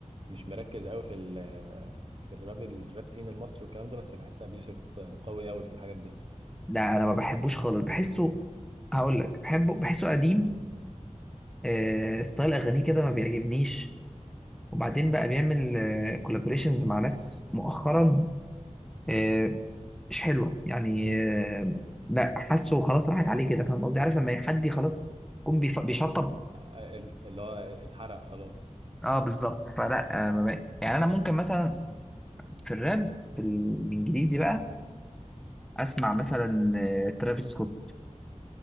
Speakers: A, on the right (about 45°); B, in the centre.
A: مش مركز قوي في ال في الراب الراب سين المصري والكلام ده بس بحس ابي يوسف قوي قوي في الحاجات دي
B: لا انا ما بحبوش خالص بحسه هقول لك بحبه بحسه قديم آه ستايل اغانيه كده ما بيعجبنيش وبعدين بقى بيعمل آه كولابريشنز مع ناس مؤخرا آه مش حلوه يعني آه لا حاسه خلاص راحت عليه كده فاهم قصدي عارف لما حد خلاص يكون بيف- بيشطب
A: ال- اللي هو اتحرق خلاص
B: اه بالظبط فلا آه ما بقى. يعني انا ممكن مثلا في الراب في الانجليزي بقى اسمع مثلا آه ترافيس سكوت